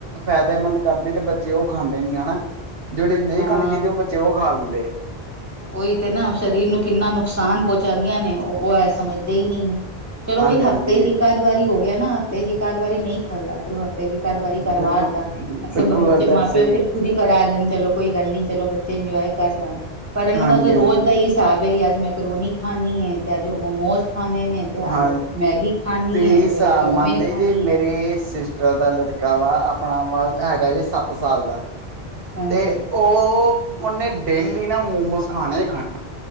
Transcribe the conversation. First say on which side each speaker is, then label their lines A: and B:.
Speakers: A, on the right (about 65°); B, on the right (about 15°).
A: ਫੇਦੇਮੰਦ ਕਰਦੀ ਤੇ ਬੱਚੇ ਉਹ ਖਾਂਦੇ ਨੀ ਹਨਾ, ਜੜੀ ਨਹੀਂ
B: ਹਾਂ
A: ਖਾਣੀ ਚਾਹੀਦੇ ਉਹ ਬੱਚੇ ਉਹ ਖਾ ਲੈਂਦੇ ਆ।
B: ਓਈ ਤੇ ਨਾ ਸਰੀਰ ਨੂੰ ਕਿੰਨਾ ਨੁਕਸਾਨ ਪੋਚਾਂਦੀਆਂ ਨੇ ਉਹ ਏ ਸਮਝਦੇ ਈ ਨੀ ਨੇ। ਚਲੋ
A: ਹਾਂਜੀ
B: ਬਈ ਹਫ਼ਤੇ
A: ਹਾਂਜੀ
B: ਚ ਇੱਕ ਆਦ ਵਾਰੀ ਹੋ ਗਿਆ ਨਾ ਤੇ ਇੱਕ ਅਦਵਾਰੀ ਨਈ ਖਲਦਾ ਚਲੋ ਤੇ ਜੇ ਇਕੱ ਦੋ ਵਾਰੀ
A: ਬਿਲਕੁਲ
B: ਕਰਵਾ ਤਾ
A: ਬਿਲਕੁਲ
B: ਬੱਚੇ
A: ਗੱਲ ਤੁਹਾਡੀ
B: ਮਾਂ
A: ਸਹੀ
B: ਪਿਓ ਫੇਰ ਖੁਦੀ ਕਰਾ ਦੇਣ ਚਲੋ ਕੋਈ ਗੱਲ ਨੀ ਚਲੋ ਬੱਚੇ ਇੰਜੋਏ ਕਰ ਲਣ ਪਰ ਇਨਾਂ
A: ਹਾਂਜੀ
B: ਦਾ ਤਾ
A: ਹਾਂਜੀ
B: ਰੋਜ਼ ਦਾਈ ਤਾਂ ਬਈ ਅੱਜ ਮੈਂਕਰੋਨੀ ਖਾਂਨੀ ਹੈ, ਅੱਜ ਮੋਮੋਸ ਖਾਨੇ ਨੇ ਤੇ
A: ਹਾਂ
B: ਅੱਜ
A: ਤੁਸੀਂ
B: ਮੈਗੀ ਖਾਣੀ ਹੈ
A: ਹਿਸਾਬ
B: ਤੇ ਕਦੇ ਚੌਮਿਨ
A: ਮੰਨਦੇ
B: ਖਾਣੀ
A: ਜੇ ਮੇਰੇ
B: ਹੈ
A: ਸਿਸਟਰ ਦਾ ਲੜ ਕਾਵਾ ਆਪਣਾ ਵਾ ਹੈਗਾ ਸੱਤ ਸਾਲ ਦਾ
B: ਹਾਂਜੀ
A: ਤੇ ਉਹ ਉਨੇ ਡੇਲੀ ਨਾ ਮੋਮੋਜ਼ ਖਾਣਾ ਈ ਖਾ